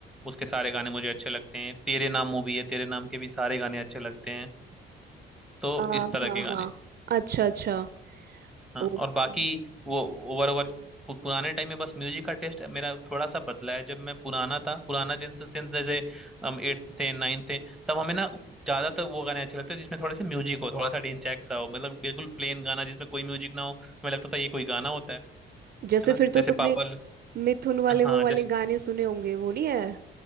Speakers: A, in the centre; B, on the right.
A: उसके सारे गाने मुझे अच्छे लगते हैं तेरे नाम मूवी है तेरे नाम के भी सारे गाने अच्छे लगते हैं तो
B: आ,
A: इस तरह
B: हाँ
A: के गाने
B: हाँ अच्छा अच्छा
A: हाँ
B: ओके
A: और बाकी वो ओवर ओवर पु- पुराने टाइम में बस म्यूजिक का टेस्ट मेरा थोड़ा सा बदला है जब मैं पुराना था पुराना जिनसे since जैसे हम एट्थ थे नाइन्थ थे तब हमें ना ज्यादातर वो गाने अच्छे लगते थे जिसमें थोड़े से म्यूजिक हो थोड़ा सा डिंचैक सा हो मतलब बिल्कुल प्लेन गाना जिसमें कोई म्यूजिक ना हो हमें लगता था ये कोई गाना होता है
B: जैसे
A: है ना
B: फिर तो
A: जैसे
B: तुमने
A: पापा ल-
B: मिथुन वाले
A: हाँ
B: वो वाले गाने सुने होंगे वो नहीं है